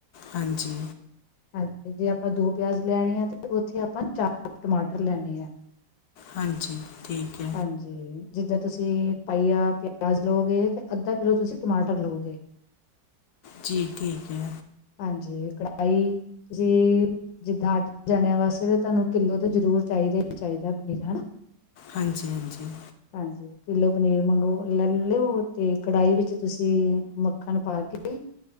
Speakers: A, on the left (about 65°); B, on the left (about 85°).
A: ਹਾਂਜੀ।
B: ਹਾਂਜੀ, ਜੇ ਆਪਾਂ ਦੋ ਪਿਆਜ ਲੈਣੇ ਐ, ਤੇ ਉੱਥੇ ਆਪਾਂ ਚਾਰ ਟਮਾਟਰ ਲੈਣੇ ਐ।
A: ਹਾਂਜੀ, ਠੀਕ ਏ।
B: ਹਾਂਜੀ, ਜਿੱਦਾਂ ਤੂਸੀ ਪਾਈਆ ਪਿਆਜ਼ ਲਉਗੇ, ਤੇ ਅੱਧਾ ਕਿਲੋ ਤੁਸੀ ਟਮਾਟਰ ਲੋਗੇ।
A: ਜੀ ਠੀਕ ਐ।
B: ਹਾਂਜੀ, ਕੜਾਈ ਤੁਸੀਂ। ਜਿੱਦਾਂ ਅੱਠ ਜਣਿਆ ਵਾਸਤੇ ਤਾਂ ਤੁਹਾਨੂੰ ਕਿੱਲੋ ਤੇ ਜਰੂਰ ਚਾਹੀਦਾ ਹੀ ਚਾਹੀਦਾ ਪਨੀਰ, ਹੈਨਾ।
A: ਹਾਂਜੀ, ਹਾਂਜੀ।
B: ਹਾਂਜੀ। ਕਿੱਲੋ ਪਨੀਰ ਮੰਗੋ ਲੈ ਲਿਓ ਤੇ ਕੜਾਹੀ ਵਿੱਚ ਤੁਸੀਂ ਮੱਖਣ ਪਾ ਕੇ।